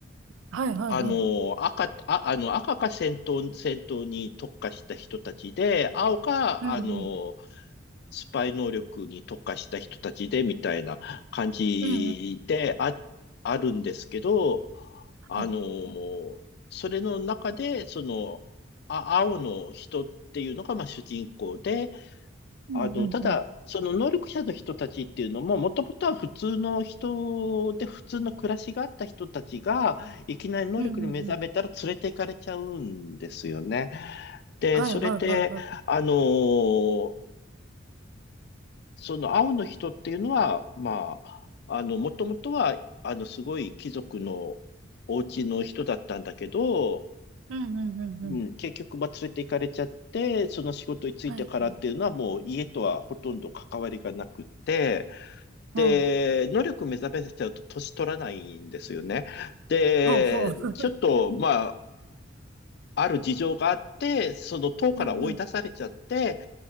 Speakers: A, on the right; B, on the left.
A: はいはいはい。
B: あの、赤、あ、あの、赤か戦闘、戦闘に特化した人たちで、青か、
A: うんうん。
B: あの、スパイ能力に特化した人たちで、みたいな感じで、
A: うんうん。
B: あ、あるんですけど、あの、
A: はい。
B: それの中で、その、あ、青の人っていうのが、まあ、主人公で、
A: うんうんうん。
B: あの、ただ、その能力者の人たちっていうのも、もともとは普通の人で、普通の暮らしがあった人たちが、いきなり能力に目覚めたら連れて行かれちゃうんですよね。
A: うんうんうん。
B: で、
A: はいはいはいはい。
B: それで、あのーその青の人っていうのは、まあ、あの、もともとは、あの、すごい貴族のお家の人だったんだけど、
A: うんうんうんうん。
B: うん、結局、まあ、連れて行かれちゃって、その仕事に就いてからっていうのは、
A: はいはい。
B: もう家とはほとんど関わりがなくて、
A: うん。
B: で、能力目覚めちゃうと年取らないんですよね。で、
A: ほうほう。<laughs>
B: ちょっと、まあ、ある事情があって、その党から追い出されちゃって、
A: うんうん。